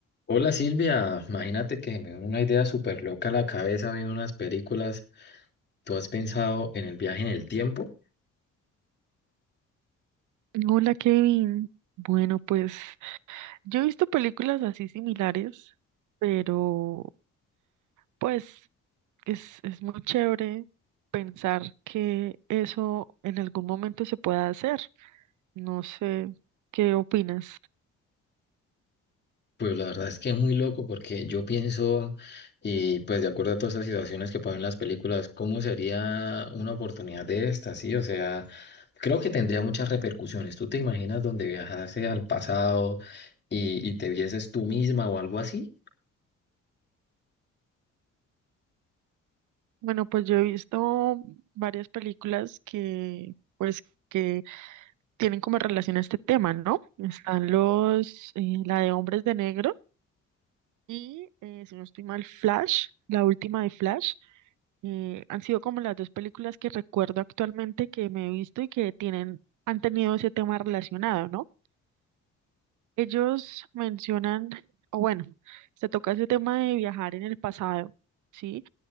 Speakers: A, on the left; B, on the right.
A: Hola Silvia, imagínate que me dio una idea súper loca a la cabeza viendo unas películas. ¿Tú has pensado en el viaje en el tiempo?
B: Hola Kevin. Bueno, pues yo he visto películas así similares, pero pues es, es muy chévere pensar que eso en algún momento se pueda hacer. No sé, ¿qué opinas?
A: Pues la verdad es que es muy loco porque yo pienso, y pues de acuerdo a todas estas situaciones que ponen las películas, ¿cómo sería una oportunidad de esta? Sí, o sea, creo que tendría muchas repercusiones. ¿Tú te imaginas donde viajase al pasado y, y te vieses tú misma o algo así?
B: Bueno, pues yo he visto varias películas que pues que tienen como relación a este tema, ¿no? Están los, eh, la de Hombres de Negro y, eh, si no estoy mal, Flash, la última de Flash. Eh, han sido como las dos películas que recuerdo actualmente que me he visto y que tienen, han tenido ese tema relacionado, ¿no? Ellos mencionan, o bueno, se toca ese tema de viajar en el pasado, ¿sí?